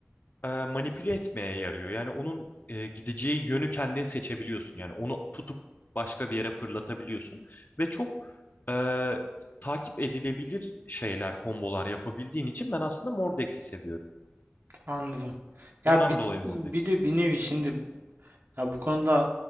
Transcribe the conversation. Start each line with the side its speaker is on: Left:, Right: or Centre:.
Left: e, manipüle etmeye yarıyor. Yani onun e, gideceği yönü kendin seçebiliyorsun. Yani onu tutup başka bir yere fırlatabiliyorsun. Ve çok e, takip edilebilir şeyler, kombolar yapabildiğin için ben aslında Mordeks'i seviyorum.
Right: Anladım. Ya
Left: Bundan
Right: bir,
Left: dolayı Mordex.
Right: bir de bir nevi şimdi ya bu konuda